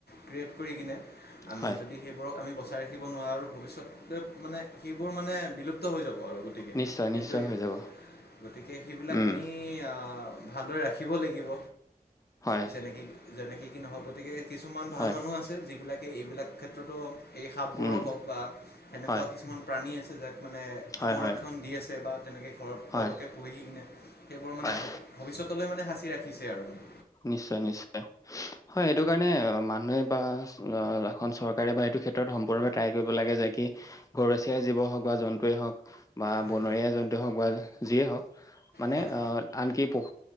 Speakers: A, on the left; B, on the left.
A: ক্ৰিয়েট কৰি কিনে আমি
B: হয়
A: যদি সেইবোৰক আমি বচ চাই ৰাখিব নোৱাৰা আৰু ভৱিষ্যতলৈ মানে সি বোৰ মানে বিলুপ্ত হৈ যাব আৰু গতিকে
B: নিশ্চয়
A: কিন্তু-
B: নিশ্চয় হৈ যাব
A: গতিকে সেইবিলাক
B: উম
A: আমি আহ ভালদৰে ৰাখিব লাগিব।
B: হয়
A: যেনেক কি যেনেকৈ কি নহওক গতিকে কিছুমান ভাল
B: হয়
A: মানুহ আছে যিবিলাকে এইবিলাক ক্ষেত্ৰতো এই সাপবোৰক
B: উম
A: হওক বা সেনেকুৱা
B: হয়
A: কিছুমান প্ৰাণী আছে যাক মানে
B: হয়
A: সংৰক্ষণ
B: হয়
A: দি আছে বা তেনেকৈ ঘৰত
B: হয়
A: তেওঁলোকে পঢ়িহি কিনে সেইবোৰ মানে
B: হয়
A: ভৱিষ্যতলৈ মানে সাঁচি ৰাখিছে আৰু মানে
B: নিশ্চয় নিশ্চয়। হয় এইেইটো কাৰণে মানুহে বা এখন চৰকাৰে বা এইটো ক্ষেত্ৰত সম্পূৰ্ণে ট্ৰাই কৰিব লাগে যে কি ঘৰচীয়াই জীৱ হওক বা জন্তুৱেই হওক বা
A: হয়
B: বনৰীয়া জন্তুৱ হওক বা যিয়ে হওক মানে
A: হয়
B: আনকি প- অ